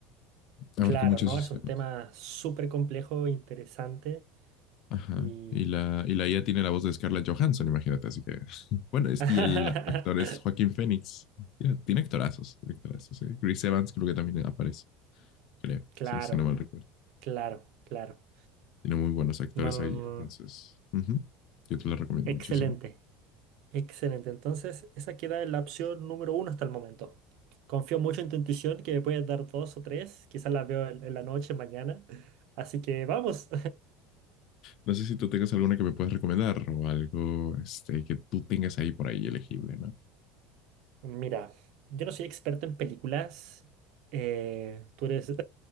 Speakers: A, on the left; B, on the right.
A: Abarca
B: Claro,
A: muchos
B: no,
A: esos
B: es
A: temas.
B: un tema súper complejo, interesante
A: Ajá.
B: y...
A: Y la, y la IA tiene la voz de Scarlett Johansson, imagínate, así que. <laughs> Bueno, es-
B: <laughs>
A: y el actor es Joaquín Phoenix. Mira, tiene actorazos, tiene actorazos, ¿eh? Chris Evans creo que también aparece. creo,
B: Claro,
A: si, si no mal recuerdo.
B: claro, claro.
A: Tiene muy buenos actores
B: No, no,
A: ahí,
B: no,
A: entonces
B: no.
A: ujú, yo te la recomiendo
B: Excelente.
A: muchísimo.
B: Excelente, entonces esa queda en la opción número uno hasta el momento. Confío mucho en tu intuición que me puedes dar dos o tres, quizás las veo en, en la noche, mañana. Así que vamos.
A: No sé si tú tengas alguna que me puedas recomendar o algo este, que tú tengas ahí por ahí elegible, ¿no?
B: <laughs> Mira, yo no soy experto en películas, eh, tú eres, <laughs>